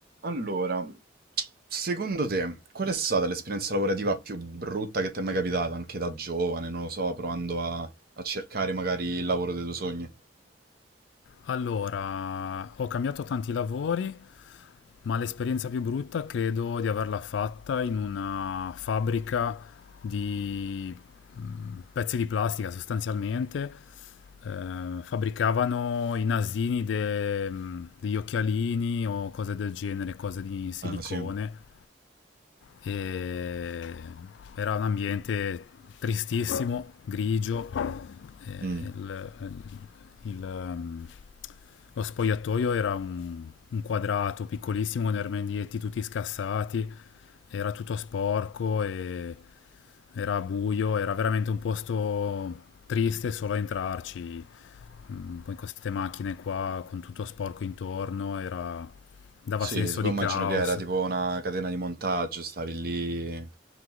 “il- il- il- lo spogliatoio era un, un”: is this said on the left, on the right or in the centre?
Left